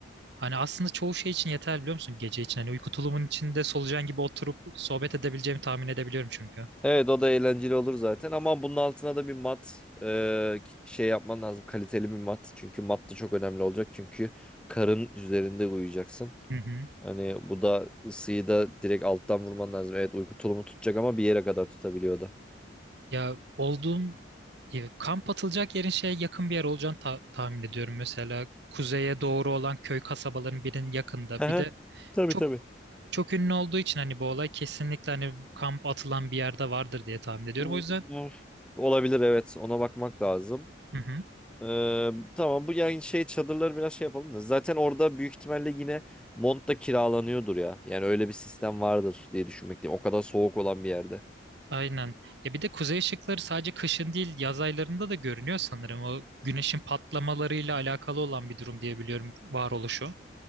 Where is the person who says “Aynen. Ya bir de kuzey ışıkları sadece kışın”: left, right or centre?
Right